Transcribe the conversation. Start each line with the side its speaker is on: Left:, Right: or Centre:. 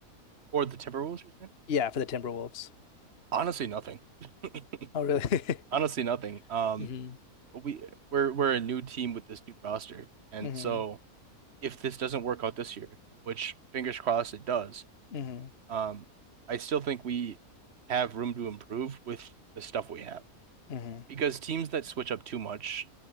Right: Or the Timberwolves, you're saying?
Left: Yeah, for the Timberwolves.
Right: Honestly, nothing. <laughs>
Left: Oh, really?
Right: Honestly, nothing.
Left: <laughs>
Right: Um,
Left: hmm
Right: we we're we're a new team with this new roster, and
Left: hmm
Right: so if this doesn't work out this year, which fingers crossed it does,
Left: hmm
Right: um, I still think we have room to improve with the stuff we have
Left: hmm
Right: because teams that switch up too much,